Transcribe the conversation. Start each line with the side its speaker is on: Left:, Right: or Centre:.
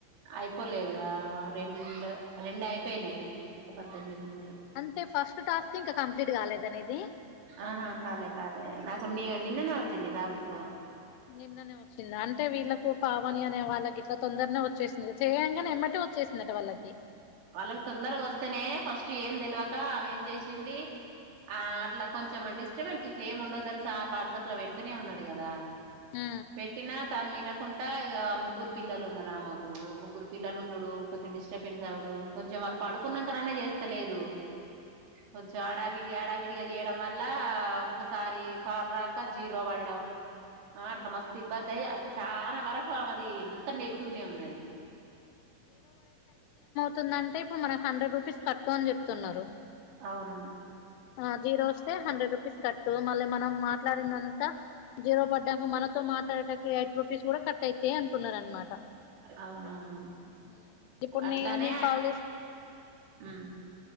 Right: అయిపోలేదు రా రెండు రెండు అయిపోయినాయి ఇంకా పద్దెనిమిది దున్నయ్
Left: అంటే ఫస్ట్ టాస్క్ ఇంకా కంప్లీట్ కాలేదా నీది
Right: ఆహా కాలే కాలే నాకు కొన్ని నిన్ననే వచ్చింది టాస్కు
Left: నిన్ననే వచ్చింది అంటే వీళ్ళలకు పావని అనే వాళ్ళకి ఇట్లా తొందరనే వచ్చేసింది చేయంగనే ఎమ్మటి వచ్చేసిందట వాళ్ళకి
Right: వాళ్ళకి తొందరగా వస్తేనే ఫస్ట్ ఏం తెలవక ఆమె ఏం చేసింది ఆ అట్లా కొంచెం డిస్టర్బెన్స్ ఇట్లా ఏమి ఉండదని సార్ వాట్సాప్ లో పెడితేనే ఉన్నాడు కదా
Left: ఊ ఊ
Right: పెట్టినా తాను వినకుండా ఇక ముగ్గురు పిల్లలు ఉన్నారు ఆ మాకు ముగ్గురు పిల్లలు ఉండుడు కొంచెం డిస్టపెన్ చవుడు కొంచెం వాళ్ళు పడుకున్నకయినా చేస్తలేదు కొంచం హడావిడి హడావిడిగా చేయడం వల్ల ఒక్కొక్కసారి కాల్ రాక జీరో పడడం ఆ అట్లా
Left: ఉమ్
Right: మస్తు ఇబ్బంది అయి అ చానా వరకు ఆమెది అంత నెగిటివ్నే ఉన్నది
Left: తుందంటే ఇప్పుడు మనకి హండ్రెడ్ రూపీస్ కట్ అని చెప్తున్నారు
Right: అవును
Left: ఆ జీరో వస్తే హండ్రెడ్ రూపీస్ కట్టు మళ్ళీ మనం మాట్లాడిందంతా జీరో పడ్డాక మనతో మాట్లాడటనికి ఎయిట్ రూపీస్ కూడా కట్ అయితాయి అంటున్నారు అనమాట
Right: అవునవును
Left: ఊ ఇపుడు
Right: అట్లానే
Left: నీ నీక్ కాల్ చేస్
Right: ఉమ్